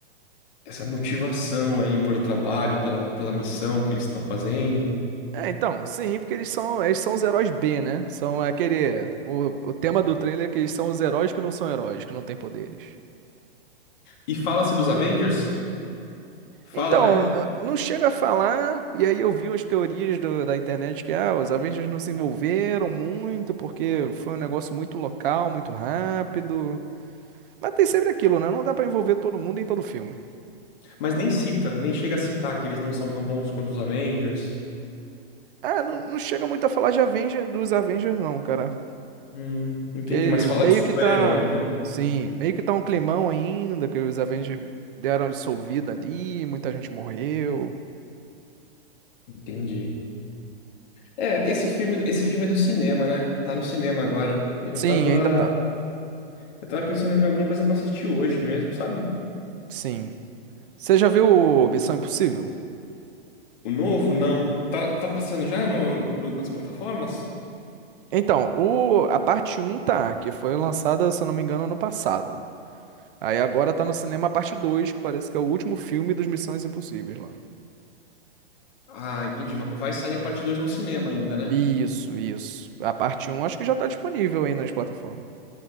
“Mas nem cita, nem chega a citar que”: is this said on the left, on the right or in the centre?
Left